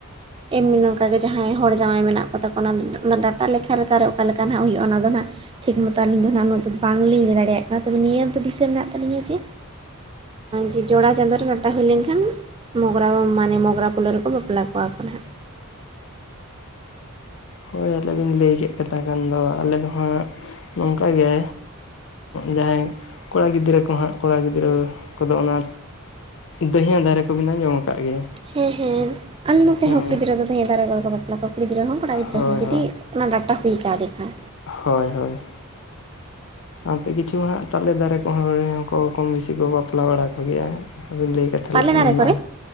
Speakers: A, on the right; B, on the left.
A: ᱮᱢᱱᱤ ᱱᱚᱝᱠᱟ ᱜᱮ ᱡᱟᱦᱟᱭ ᱦᱚᱲ ᱡᱟᱶᱟᱭ ᱢᱮᱱᱟᱜ ᱠᱚᱛᱟ ᱠᱚ ᱚᱱᱟ ᱚᱱᱟ ᱰᱟᱴᱟ ᱞᱮᱠᱷᱟ ᱞᱮᱠᱟ ᱨᱮ ᱚᱠᱟ ᱞᱮᱠᱟ ᱱᱟᱜ ᱦᱩᱭᱩᱜ-ᱟ ᱚᱱᱟ ᱫᱚ ᱦᱟᱜ᱾ ᱴᱷᱤᱠ ᱢᱚᱛᱚ ᱟᱹᱞᱤᱧ ᱫᱚ ᱦᱟᱜ ᱩᱱᱟᱹᱜ ᱵᱟᱝᱞᱤᱧ ᱞᱟᱹᱭ ᱫᱟᱲᱮᱭᱟᱜ ᱠᱟᱱᱟ ᱛᱚᱵᱮ ᱱᱤᱭᱟᱹ ᱫᱚ ᱫᱤᱥᱟᱹ ᱢᱮᱱᱟᱜ ᱛᱟᱹᱞᱤᱧᱟ ᱡᱮ ᱡᱮ ᱡᱚᱲᱟ ᱪᱟᱸᱫᱳ ᱨᱮ ᱰᱟᱴᱟ ᱦᱩᱭ ᱞᱮᱱᱠᱷᱟᱱ ᱢᱚᱜᱨᱟ ᱢᱟᱱᱮ ᱢᱚᱜᱨᱟ ᱯᱩᱞᱳ ᱨᱮᱠᱚ ᱵᱟᱯᱞᱟ ᱠᱚᱣᱟ ᱠᱚ ᱱᱟᱦᱟᱜ᱾
B: ᱦᱮᱸᱦᱳᱭ ᱚᱱᱮ ᱵᱤᱧ ᱞᱟᱹᱭ ᱠᱮᱫ ᱥᱮᱛᱟ ᱠᱟᱱ ᱫᱚ ᱟᱞᱮ ᱫᱚ ᱦᱟᱸᱜ ᱱᱚᱝᱠᱟ ᱜᱮ ᱡᱟᱦᱟᱭ ᱠᱚᱲᱟ ᱜᱤᱫᱽᱨᱟᱹ ᱠᱚ ᱦᱟᱸᱜ ᱠᱚᱲᱟ ᱜᱤᱫᱽᱨᱟᱹ ᱠᱚᱫᱚ ᱚᱱᱟ ᱫᱮᱭᱦᱟᱹ ᱫᱟᱨᱮ ᱠᱚᱵᱤᱱ ᱟᱹᱡᱚᱢ ᱠᱟᱫ ᱜᱮᱭᱟ?
A: ᱦᱮᱸ ᱦᱮᱸ ᱟᱞᱮ ᱱᱚᱛᱮ
B: ᱦᱮᱸ
A: ᱦᱚᱸ ᱠᱩᱲᱤ ᱜᱤᱫᱽᱨᱟᱹ ᱦᱚᱸ ᱫᱟᱹᱭᱦᱟᱹ ᱫᱟᱨᱮ ᱠᱚ ᱨᱮ ᱠᱚ ᱵᱟᱯᱞᱟ ᱠᱚᱣᱟ᱾ᱠᱩᱲᱤ ᱜᱤᱫᱽᱨᱟᱹ ᱦᱚᱸ ᱠᱚᱲᱟ ᱜᱤᱫᱽᱨᱟᱹ
B: ᱦᱳᱭ
A: ᱦᱚᱸ ᱡᱩᱫᱤ
B: ᱦᱳᱭ
A: ᱚᱱᱟ ᱰᱟᱴᱟ ᱦᱩᱭ ᱠᱟ ᱫᱮᱠᱷᱟᱱ᱾
B: ᱦᱳᱭ, ᱦᱳᱭ᱾ ᱥᱟᱶᱛᱮ ᱠᱤᱪᱷᱩ ᱦᱟᱸᱜ ᱛᱟᱞᱮ ᱫᱟᱨᱮ ᱠᱚᱦᱚᱸ ᱨᱮᱦᱚᱸ ᱠᱚᱢ ᱵᱮᱥᱤ ᱠᱚ ᱵᱟᱯᱞᱟ ᱵᱟᱲᱟ ᱠᱚ ᱜᱮᱭᱟ᱾ᱟᱫᱚ ᱞᱟᱹᱭ ᱠᱟᱛᱷᱟ
A: ᱛᱟᱞᱮ
B: ᱞᱮᱠᱷᱟᱱ
A: ᱫᱟᱨᱮ
B: ᱢᱮᱱᱟᱜ-ᱟ
A: ᱠᱚᱨᱮ